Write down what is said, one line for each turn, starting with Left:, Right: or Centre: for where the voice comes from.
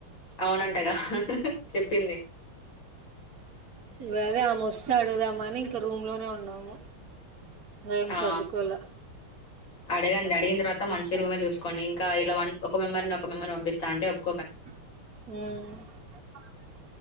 Left: అవునంటగా చెప్పింది
Right: గదె ఆమె వస్తే అడుగుదామని ఇంకా రూమ్ లోనె ఉన్నాము ఇంకా ఏమ్
Left: ఆ
Right: సర్దుకోలా
Left: అడగండి అడిగిన తర్వాత మంచి రూమె చూసుకోండి ఇంక ఇలా వన్ ఒక మెంబర్ ఒక మెంబర్ని పంపిస్తా అంటె ఒప్పు
Right: అ <inaudible>